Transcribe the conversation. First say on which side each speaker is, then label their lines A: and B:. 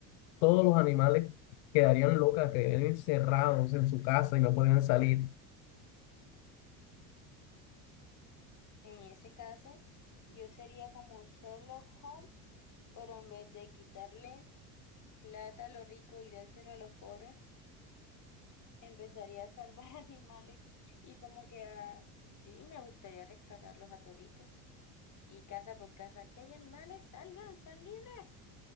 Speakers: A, on the left; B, on the left.
A: todos los animales quedarían locas, quedarían encerrados en su casa y no podrían salir.
B: En ese caso, yo sería como Sherlock Holmes, pero en vez de quitarle plata a los ricos y dárselo a los pobres, empezaría a salvar <laughs> animales y como que a... sí, me gustaría rescatarlos a toditos. Y casa por casa, aquí hay animales, salgan, sean libres.